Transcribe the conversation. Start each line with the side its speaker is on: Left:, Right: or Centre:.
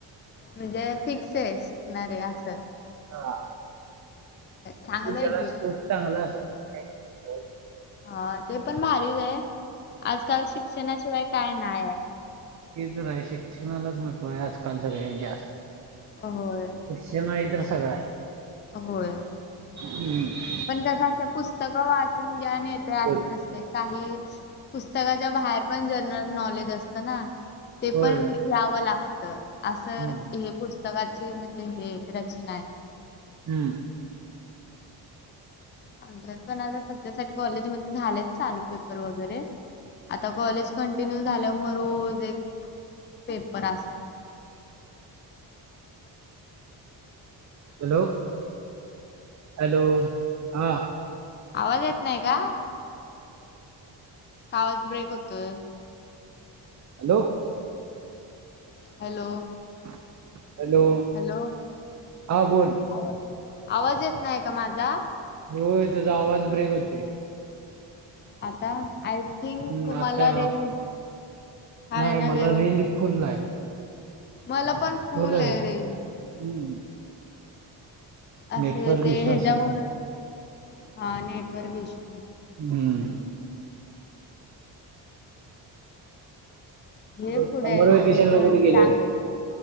Left: म्हणजे फिक्स आय शिकणारे अस
Right: हा.
Left: चांगलं आहे
Right: त्याला
Left: की
Right: स्कोप चांगला असेल <unintelligible>
Left: हा ते पण भारीच आय, आजकाल शिक्षणाशिवाय काय नाही आय
Right: हे तर हाय शिक्षणालाच महत्वाय आजकाल सगळ्यात जास्त
Left: होय
Right: शिक्षण आहे तर सगळंय
Left: होय.
Right: हम्म
Left: पण कसं असत,, पुस्तक वाचून ग्यान येतेय
Right: बोल
Left: असं नसतय काही पुस्तकाच्या बाहेर पण जनरल नॉलेज असत ना ते
Right: होय
Left: पण घ्यावं लागत तर असं
Right: हम्म
Left: हे पुस्तकाची म्हणजे हे रचना य
Right: हम्म.
Left: आमच्यात पण आता सध्यासाठी कॉलेजमध्ये झालेच चालू पेपर वगैरे आता कॉलेज कंटिन्यू झाल्याम रोज एक पेपर अस त्यात
Right: <inaudible> हॅलो. हॅलो, हा.
Left: आवाज येत नाहीये का? आवाज ब्रेक होतोय
Right: हॅलो.
Left: हॅलो.
Right: हॅलो,
Left: हॅलो
Right: हा बोल.
Left: आवाज आवाज येत नाही का माझा?
Right: होय तुजा आवाज ब्रेक हुतुय..
Left: आता,, आय थिंक
Right: हम्म आता
Left: मला रेंज हाय
Right: नाही
Left: ना
Right: मला
Left: व्यवस्थीत.
Right: रेंज फुल आहे
Left: मला पण फुला
Right: फुल आहे
Left: ए रेंज.
Right: हम्म
Left: असूदे
Right: नेटवर्क
Left: ते
Right: इश्यू
Left: हच्यामुळं
Right: असेल काय
Left: हा नेटवर्क ईशू
Right: हम्म.
Left: घे
Right: बर,
Left: पुढे
Right: समर
Left: ॲडमिशन
Right: वेकेशनला कुठे
Left: सांग
Right: गेले होते